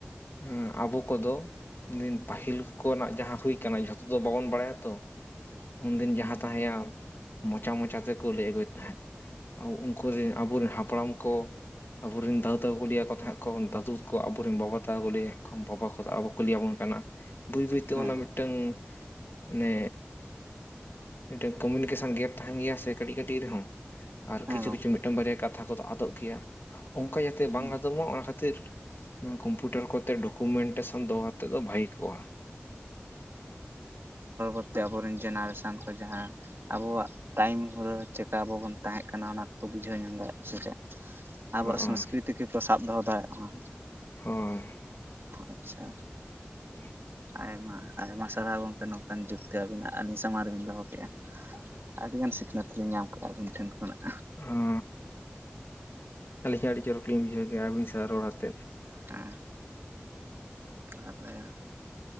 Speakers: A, on the left; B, on the right.
A: ᱦᱩᱸ ᱟᱵᱚ ᱠᱚᱫᱚ ᱫᱤᱱ ᱯᱟᱹᱦᱤᱞ ᱠᱚᱨᱮᱱᱟᱜ ᱡᱟᱦᱟᱸ ᱦᱩᱭ ᱠᱟᱱᱟ ᱡᱷᱚᱛᱚ ᱫᱚ ᱵᱟᱵᱚᱱ ᱵᱟᱲᱟᱭᱟ ᱛᱚ ᱩᱱᱫᱤᱱ ᱡᱟᱦᱟᱸ ᱛᱟᱦᱮᱸᱭᱟ ᱢᱚᱪᱟ ᱢᱚᱪᱟ ᱛᱮᱠᱚ ᱞᱟᱹᱭ ᱟᱹᱜᱩᱭᱮᱫ ᱛᱟᱦᱮᱸᱫ ᱩᱱᱠᱩ ᱨᱮᱱ ᱟᱵᱚᱨᱮᱱ ᱦᱟᱯᱲᱟᱢ ᱠᱚ ᱟᱵᱚᱨᱮᱱ ᱫᱟᱫᱟ ᱛᱟᱠᱚ ᱠᱩ ᱞᱮᱭᱟ ᱟᱠᱚ ᱛᱟᱦᱮᱸᱫ ᱠᱚ ᱫᱟᱹᱫᱩ ᱛᱟᱠᱚ ᱟᱵᱚᱨᱮᱱ ᱵᱟᱵᱟ ᱛᱟᱠᱚ ᱞᱮᱭᱟ ᱟᱠᱚ ᱵᱟᱵᱟ ᱠᱚᱫᱚ ᱟᱵᱚ᱾ ᱠᱩ ᱞᱟᱹᱭ ᱟᱵᱚᱱ ᱠᱟᱱᱟ ᱵᱟᱹᱭ ᱵᱟᱹᱭ ᱛᱮ
B: ᱦᱮᱸ ᱦᱮᱸ
A: ᱚᱱᱟ
B: ᱜᱚᱝᱠᱮ
A: ᱢᱤᱫᱴᱟᱝ ᱢᱟᱱᱮ ᱢᱤᱫᱴᱮᱱ ᱠᱚᱢᱤᱱᱤᱠᱮᱥᱚᱱ ᱜᱮᱯ ᱛᱟᱦᱮᱱ ᱜᱮᱭᱟ ᱥᱮ ᱠᱟᱹᱴᱤᱡ ᱠᱟᱹᱴᱤᱡ ᱨᱮᱦᱚᱸ ᱟᱨ
B: ᱦᱮᱸ
A: ᱠᱤᱪᱷᱩ
B: ᱜᱚᱝᱠᱮ
A: ᱠᱤᱪᱷᱩ ᱢᱤᱫᱴᱟᱝ ᱵᱟᱨᱭᱟ ᱠᱟᱛᱷᱟ ᱠᱚᱫᱚ ᱟᱫᱚᱜ ᱜᱮᱭᱟ ᱚᱱᱠᱟ ᱡᱟᱛᱮ ᱵᱟᱝ
B: ᱦᱩᱸ
A: ᱟᱫᱚᱜ ᱢᱟ ᱚᱱᱟ ᱠᱷᱟᱹᱛᱤᱨ ᱱᱩ ᱠᱚᱢᱯᱤᱭᱩᱴᱟᱨ ᱠᱚᱛᱮ ᱰᱚᱠᱩᱢᱮᱱᱴᱮᱥᱚᱱ ᱫᱚᱦᱚ ᱠᱟᱛᱮᱫ ᱫᱚ ᱵᱷᱟᱭᱜᱤ ᱠᱚᱜ-ᱟ᱾
B: ᱚᱛᱛᱮ ᱟᱵᱚᱨᱮᱱ ᱡᱮᱱᱟᱨᱮᱥᱚᱱ ᱠᱚ ᱡᱟᱦᱟᱸ ᱟᱵᱚᱣᱟᱜ ᱴᱟᱭᱤᱢ ᱦᱚ ᱪᱮᱠᱟ ᱟᱵᱚ ᱵᱚᱱ ᱛᱟᱦᱮᱸ ᱠᱟᱱᱟ ᱚᱱᱟ ᱠᱚᱠᱚ ᱵᱩᱡᱷᱟᱹᱣ ᱧᱟᱢ ᱫᱟᱲᱮᱭᱟᱜ-ᱟ ᱥᱮ ᱪᱮᱫ? ᱟᱵᱚᱣᱟᱜ
A: ᱦᱚᱸᱜᱼᱚᱭ
B: ᱥᱚᱝᱥᱠᱨᱤᱛᱤ ᱠᱚ ᱥᱟᱵ ᱫᱚᱦᱚ ᱫᱟᱲᱮᱭᱟᱜ ᱢᱟ᱾
A: ᱦᱳᱭ᱾
B: ᱟᱪᱪᱷᱟ᱾
A: <unintelligible>
B: ᱟᱭᱢᱟ ᱟᱭᱢᱟ ᱥᱟᱨᱦᱟᱣ ᱜᱚᱢᱠᱮ ᱱᱚᱝᱠᱟᱱ ᱡᱩᱠᱛᱤ ᱟᱹᱵᱤᱱᱟᱜ ᱟᱹᱞᱤᱧ ᱥᱟᱢᱟᱝ ᱨᱮᱵᱤᱱ ᱫᱚᱦᱚ ᱠᱮᱜ-ᱟ᱾ ᱟᱹᱰᱤᱜᱟᱱ ᱥᱤᱠᱷᱱᱟᱹᱛ ᱞᱤᱧ ᱧᱟᱢ ᱠᱟᱜ-ᱟ ᱟᱹᱵᱤᱱ ᱴᱷᱮᱱ ᱠᱷᱚᱱᱟᱜ᱾
A: ᱦᱟᱸ ᱟᱹᱞᱤᱧ ᱦᱚᱸ ᱟᱹᱰᱤ ᱪᱚᱨᱚᱠ ᱞᱤᱧ ᱵᱩᱡᱷᱟᱹᱣ ᱠᱮᱫᱟ ᱟᱹᱵᱤᱱ ᱥᱟᱶ ᱨᱚᱲ ᱟᱛᱮᱫ᱾
B: ᱦᱮᱸ ᱟᱯᱱᱟ ᱨᱟ